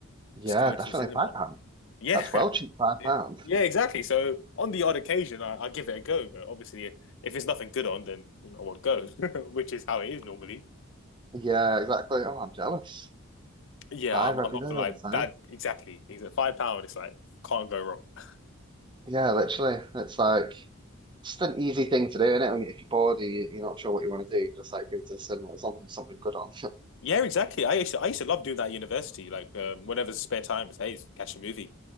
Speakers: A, on the right; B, on the left.
A: Yeah,
B: Just going
A: definitely
B: to the cinema.
A: five pound.
B: Yeah,
A: That's well cheap, five
B: <laughs>
A: pound.
B: yeah, exactly. So on the odd occasion, I, I give it a go. But obviously, if there's nothing good on, then I won't go, <laughs> which is how it is normally.
A: Yeah, exactly. Oh, I'm jealous.
B: Yeah,
A: Five
B: I'm, I'm
A: every
B: not
A: day
B: gonna
A: all
B: lie.
A: the time.
B: That exactly. Exactly. Five pound. It's like can't go wrong.
A: Yeah, literally. It's like just an easy thing to do, isn't it? When, if you're bored and you, you're not sure what you want to do, you just like go to the cinema. There's something something good on. <laughs>
B: Yeah, exactly. I used to I used to love doing that at university. Like um, whenever spare time is, hey, catch a movie.